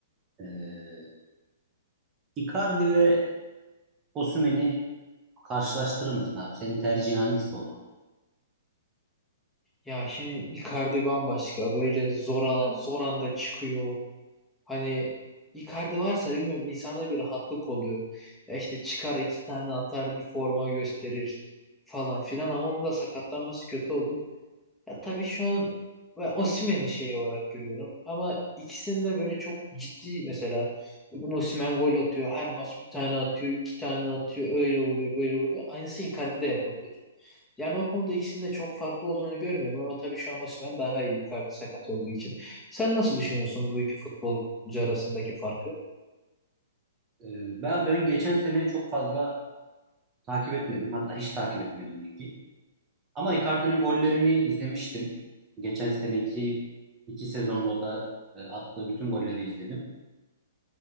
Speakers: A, on the right; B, in the centre.
A: E, Icardi ve Osimhen'i karşılaştırır mısın abi? Senin tercihin hangisi olurdu?
B: Ya şimdi Icardi bambaşka. Böyle zor, ana- zor anda çıkıyor. Hani Icardi varsa bilmiyorum insana bir rahatlık oluyor. Ya işte çıkar iki tane atar bir forma gösterir falan filan ama onun da sakatlanması kötü oldu. Ya tabii şu an ben Osimhen'i şey olarak görüyorum. Ama ikisini de böyle çok ciddi mesela. Bugün Osimhen gol atıyor. Her maç bir tane atıyor. iki tane atıyor. Öyle vuruyor böyle vuruyor. Aynısını Icardi de yapabilir. Yani o konuda ikisinin de çok farklı olduğunu görmüyorum. Ama tabii şu an Osimhen daha iyi. Icardi sakat olduğu için. Sen nasıl düşünüyorsun bu iki futbolcu arasındaki farkı?
A: Ee, ben ben geçen sene çok fazla takip etmedim. Hatta hiç takip etmedim ligi. Ama Icardi'nin gollerini izlemiştim. Geçen seneki iki sezonda da e, attığı bütün golleri izledim.